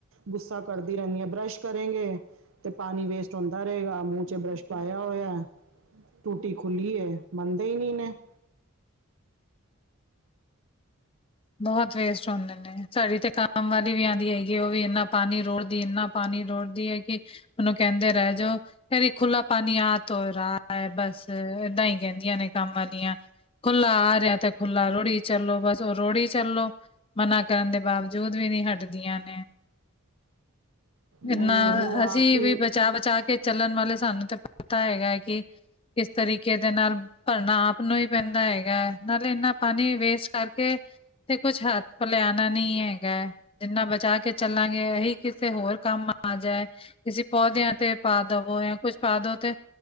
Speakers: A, on the right (about 65°); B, on the left (about 25°).
A: ਗੁੱਸਾ ਕਰਦੀ ਰਹਿੰਨੀ ਹਾਂ, ਬਰੱਸ਼ ਕਰੇਗੇ, ਤੇ ਪਾਣੀ ਵੇਸਟ ਹੁੰਦਾ ਰਹੇਗਾ ਮੂੰਹ ਚ ਬਰੱਸ਼ ਪਾਇਆ ਹੋਇਆ ਟੂਟੀ ਖੁੱਲੀ ਐ, ਮੰਨਦੇ ਹੀ ਨੀ ਨੇ <inaudible>
B: ਬਹੁਤ ਵੇਸਟ ਹੁੰਦੇ ਨੇ। ਨਈ ਸਾਡੀ ਤੇ ਕਮ ਵਾਲੀ ਵੀ ਆਉਂਦੀ ਹੈਗੀ, ਉਹ ਵੀ ਇੰਨਾ ਪਾਣੀ ਰੋੜਦੀ ਏ, ਇਨਾ ਪਾਣੀ ਰੋੜਦੀ ਐ ਕਿ ਉਹਨੂੰ ਕਹਿੰਦੇ ਰਹਿ ਜੋ ਕੇਰੀ ਖੁੱਲਾ ਪਾਣੀ ਆ ਤੋਂ ਰਹਾ ਹੈ, ਬਸ ਏਦਾਂ ਹੀ ਕਹਿੰਦੀਆਂ ਨੇ ਕੰਮ ਵਾਲੀਆਂ ਖੁੱਲਾ ਆ ਰਿਹਾ ਤੇ ਖੁੱਲਾ ਰੋੜੀ ਚਲੋ। ਬਸ ਉਹ ਰੋੜੀ ਚਲੋ ਮਨਾ ਕਰਨ ਦੇ ਬਾਵਜੂਦ ਵੀ ਨੀ ਹਟਦੀਆਂ ਨੇ ਇੰਨਾ
A: ਨਹੀਂ ਨਹੀਂ ਉਹ ਆਪ
B: ਅਸੀਂ
A: ਹੀ
B: ਵੀ ਬਚਾ ਬਚਾ ਕੇ ਚੱਲਣ ਵਾਲੇ ਸਾਨੂੰ ਤਾਂ ਪਤਾ ਹੈਗਾ ਹੈ ਕਿ ਕਿਸ ਤਰੀਕੇ ਦੇ ਨਾਲ ਭਰਨਾ ਆਪ ਨੂੰ ਹੀ ਪੈਂਦਾ ਹੈਗਾ, ਨਾਲੇ ਇਨਾ ਪਾਣੀ ਵੇਸਟ ਕਰਕੇ ਤੇ ਕੁੱਛ ਹੱਥ ਪਲੇ ਆਣਾ ਨਹੀਂ ਹੈਗਾ। ਜਿੰਨਾ ਬਚਾ ਕੇ ਚੱਲਾਂਗੇ ਇਹੀ ਕਿਸੇ ਹੋਰ ਕੰਮ ਆ ਜਾਏ। ਕਿਸੀ ਪੌਦਿਆਂ ਤੇ ਪਾ ਦਵੋ ਜਾਂ ਕੁੱਛ ਪਾ ਦਵੋ ਤੇ